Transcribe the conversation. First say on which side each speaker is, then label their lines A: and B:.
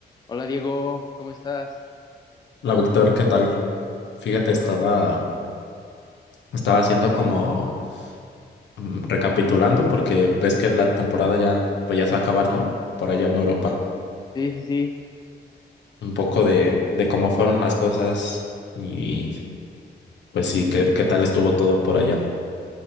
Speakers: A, on the left; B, on the left.
A: Hola Diego, ¿cómo estás?
B: Hola Víctor, ¿qué tal? Fíjate, estaba,
A: To-
B: estaba haciendo como mm, recapitulando porque ves que la temporada ya, pues ya se va a acabar, ¿no? Por allá en Europa.
A: Sí, sí, sí.
B: Un poco de, de cómo fueron las cosas y pues sí, qué, qué tal estuvo todo por allá.